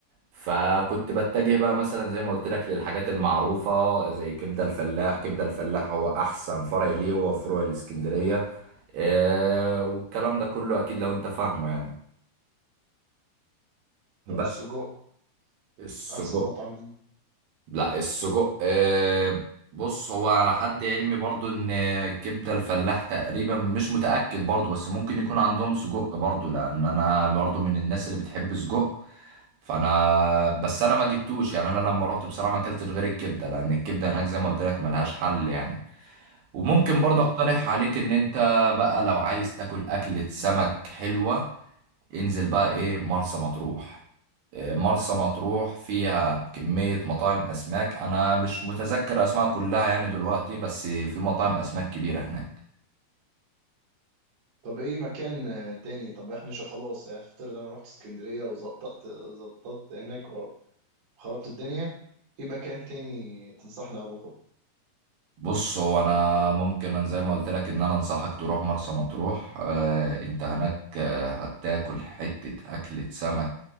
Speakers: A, on the right (about 75°); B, on the right (about 60°).
A: فكنت بتجه بقى مثلا زي ما قلت لك للحاجات المعروفة زي كبدة الفلاح كبدة الفلاح هو أحسن فرع ليه هو فروع الإسكندرية آه والكلام ده كله أكيد لو أنت فاهمه يعني
B: طب
A: بس
B: السجق
A: السجق
B: احسن مطعم ليه
A: لا السجق آه بص هو على حد علمي برضو إن كبدة الفلاح تقريبا مش متأكد برضو بس ممكن يكون عندهم سجق برضو لأن أنا برضو من الناس اللي بتحب سجق فانا بس انا ما جبتوش يعني انا لما رحت بصراحه ما اكلتش غير الكبده لان الكبده هناك زي ما قلت لك ملهاش حل يعني وممكن
B: مم.
A: برضه اقترح عليك ان انت بقى لو عايز تاكل اكله سمك حلوه انزل بقى ايه مرسى مطروح إيه، مرسى مطروح فيها كميه مطاعم اسماك انا مش متذكر اسماء كلها يعني دلوقتي بس في مطاعم اسماك كبيره هناك
B: طب ايه مكان آه، تاني طب احنا شو خلاص افترض انا رحت اسكندريه وزقطت زقطت هناك خربت الدنيا ايه مكان تاني تنصحني اروحه
A: بص هو انا ممكن أنا زي ما قلت لك ان انا انصحك تروح مرسى مطروح آه انت هناك آه هتاكل حتة اكلة سمك